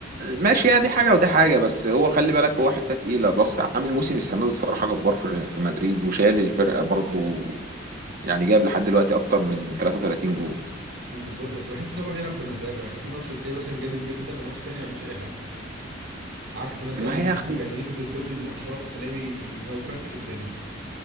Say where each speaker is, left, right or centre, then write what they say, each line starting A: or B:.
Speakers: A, on the right; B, on the right.
A: ماشي هي دي حاجة ودي حاجة بس هو خلي بالك هو حتة تقيلة بص عامل موسم السنة دي الصراحة جبار في في مدريد وشال الفرقة برضو يعني جايب لحد دلوقتي اكتر من 33 جول
B: مم، بالظبط بس بحس ان هو بيلعب بمزاجه يعني في ماتش تلاقيه مثلا جامد جدا وماتش تاني ما بيعملش اي حاجه عكس مثلا
A: ما
B: ميسي
A: هي خل...
B: كان ينزل كل الماتشات تلاقيه بي- بيفرتك الدنيا